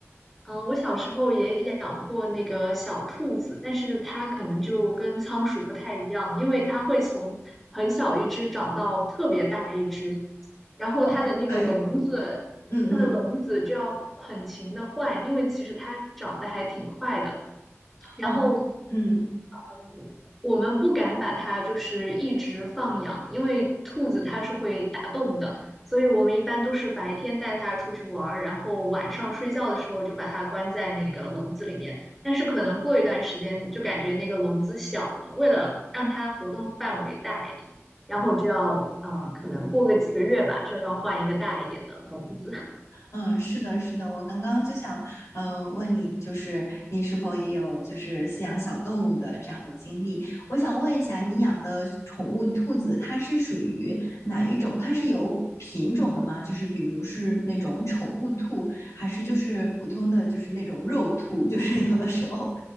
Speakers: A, in the centre; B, on the left.
A: 嗯，呃我小时候也养过那个小兔子，但是它可能就跟仓鼠不太一样，因为它会从很小一只长到特别大一只，然后它的那个笼子，
B: 哦，对，嗯嗯，
A: 它的笼子就要很勤的换，因为其实它长得还挺快的。然后，
B: 哦，嗯。
A: 嗯，我们不敢把它就是一直放养，因为兔子它是会打洞的，所以我们一般都是白天带它出去玩儿，然后晚上睡觉的时候就把它关在那个笼子里面。但是可能过一段时间就感觉那个笼子小了，为了让它活动范围大一点，然后就要呃，可能过个几个月吧，就要换一个大一点的笼子。
B: 嗯，是的，是的，我刚刚就想，呃，问你，就是你是否也有就是饲养小动物的这样的经历？我想问一下，你养的宠物兔子，它是属于哪一种？它是有品种的吗？就是比如是那种宠物兔，还是就是普通的就是那种肉兔？<laughs> 就是有的时候